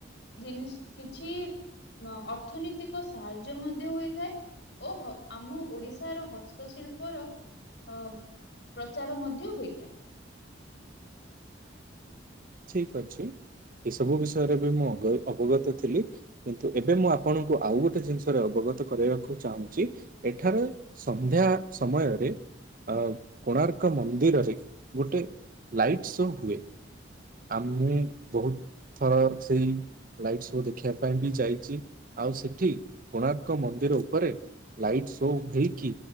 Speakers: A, on the left; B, on the right.
A: ଜିନିଷ କିଛି ଅର୍ଥନୀତିକ ସାହାଯ୍ୟ ମଧ୍ୟ ହୋଇଥାଏ। ଓ ହୋ ଆମ ଓଡିଶାର ହସ୍ତଶିଳ୍ପର ଅ ପ୍ରଚାର ମଧ୍ୟ ହୋଇଥାଏ।
B: ଠିକ ଅଛି ଏସବୁ ବିଷୟରେ ବି ମୁଁ ଅଗ ଅବଗତ ଥିଲି। କିନ୍ତୁ ଏବେ ମୁଁ ଆପଣଙ୍କୁ ଆଉ ଗୋଟେ ଜିନିଷରେ ଅବଗତ କରାଇବାକୁ ଚାହୁଁଛି ଏଠାରେ ସନ୍ଧ୍ୟା ସମୟରେ ଅ କୋଣାର୍କ ମନ୍ଦିରରେ ଗୋଟେ ଲାଇଟ୍ ଶୋ ହୁଏ। ଆମୁଁ ବହୁତ ଥର ସେଇ ଲାଇଟ୍ ଶୋ ଦେଖିବା ପାଇଁ ବି ଯାଇଛି। ଆଉ ସେଠି କୋଣାର୍କ ମନ୍ଦିର ଉପରେ ଲାଇଟ୍ ଶୋ ହେଇକି